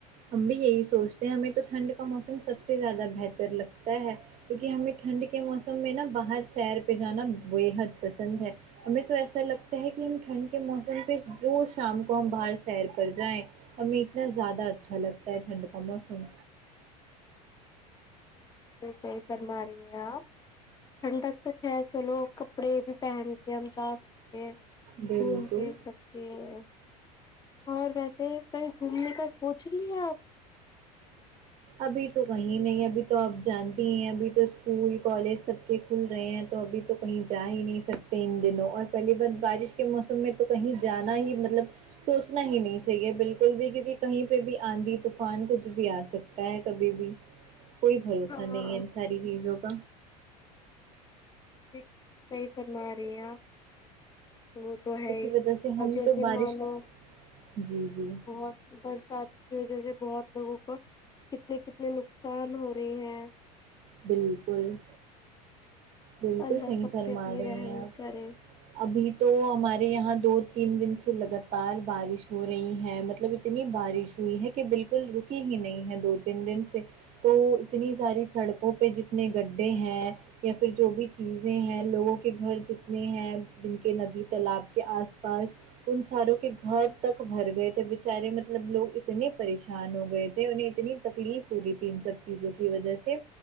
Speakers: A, on the right; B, on the left.
A: ہم بھی یہی سوچتے ہیں ہمیں تو ٹھنڈ کا موسم سب سے زیادہ بہتر لگتا ہے کیونکہ ہمیں ٹھنڈ کے موسم میں نا باہر سیر پہ جانا بےحد پسند ہے ہمیں تو ایسا لگتا ہے کہ ہم ٹھنڈ کے موسم پہ روز شام کو ہم باہر سیر پر جائیں ہمیں اتنا زیادہ اچھا لگتا ہے ٹھنڈ کا موسم
B: جی صحیح فرما رہی ہیں آپ ٹھنڈک تو خیر چلو کپڑے بھی پہن کے ہم جا سکتے ہیں
A: بالکل
B: گھوم پھر سب ہے اور ویسے کہئی گھومنے کا سوچ رہی ہیں آپ
A: ابھی تو کہیں نہیں ابھی تو آپ جانتی ہی ہیں ابھی تو اسکول کالج سب کے کھل رہے ہیں تو ابھی تو کہیں جا ہی نہیں سکتے ان دنوں اور پہلی بات بارش کے موسم میں تو کہیں جانا ہی مطلب سوچنا ہی نہیں چاہیے بالکل بھی کیونکہ کہیں پہ بھی آندھی طوفان کچھ بھی آ سکت تا ہے کبھی بھی کوئی بھروسہ
B: ہاں
A: نہیں ہے ان ساری چیزوں کا
B: جی بالکل صحیح فرما رہی ہیں آپ وه تو ہے
A: اسی وجہ سے
B: اور
A: ہم
B: جیسے
A: تو بارش
B: مانو
A: جی جی
B: بہت برسات کی وجہ سے بہت لوگوں کو کتنے کتنے نقصان ہو رہی ہیں
A: بالکل بالکل
B: اللہ
A: صحیح
B: سب
A: فرما
B: پہ اپنی
A: رہے
B: رحم
A: ہیں آپ
B: کرے
A: ابھی تو ہمارے یہاں دو تین دن سے لگاتار بارش ہو رہی ہے مطلب اتنی بارش ہوئی ہے کہ بالکل رکی ہی نہیں ہے دو تین دن سے تو اتنی ساری سڑکوں پہ جتنے گڈھے ہیں یا پھر جو بھی چیزیں ہیں لوگوں کے گھر جتنے اپنے ہیں جن کے ندی تالاب کے آس پاس ان ساروں کے گھر تک بھر گئے تھے بچارے مطلب لوگ اتنے پریشان ہو گئے تھے انہیں اتنی تکلیف ہو رہی تھی ان سب چیزوں کی وجہ سے